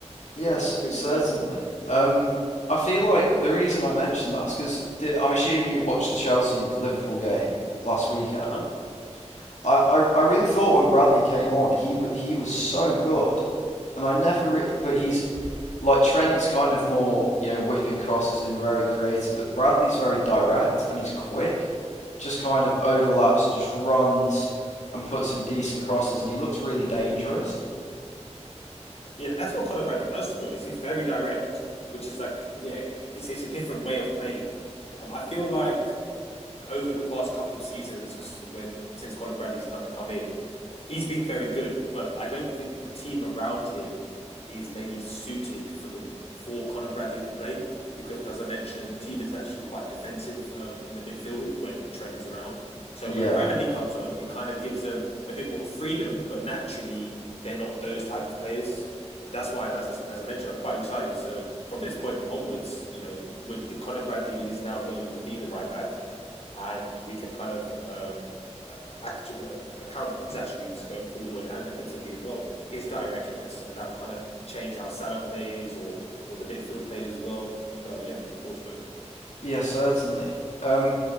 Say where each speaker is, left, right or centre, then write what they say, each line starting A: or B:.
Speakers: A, on the left; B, on the left.
A: Yeah,
B: But yeah,
A: c
B: pretty
A: certainly.
B: excited.
A: Um, I feel like the reason I mentioned that is because I'm assuming you watched the Chelsea Liverpool game last weekend.
B: Uh huh.
A: I, I, I really thought when Bradley came on, he w he was so good, and I never re but he's like Trent's kind of more, you know, whipping crosses in, very creative, but Bradley's very direct and he's quick, just kind of overlaps and just runs and puts in decent crosses, and he looked really dangerous.
B: Yeah, that's what Connor Bradley does. To be honest, he's very direct, which is like yeah, it's it's a different way of playing. Um, I feel like over the past couple seasons, when since Colin Brandy's kind of come in, he's been very good. But I don't think the team around him is maybe suited for the for Colin Brandy to play because, as I mentioned, the team is actually quite defensive um, in the midfield when Trent is around. So
A: Yeah.
B: when Brandy comes on, it kind of gives them a bit more freedom. But naturally, they're not those type of players. But that's why, as I said, as I mentioned, I'm quite excited. So from this point onwards, you know, with the Conor Bradley is now going to be the right back and we can kind of um, uh, act, uh, account for his attributes going forward and defensively as well. His directness, and that will kind of change how Salah plays or or the midfield plays as well. So yeah, I'm looking forward to it.
A: Yeah, certainly. Um,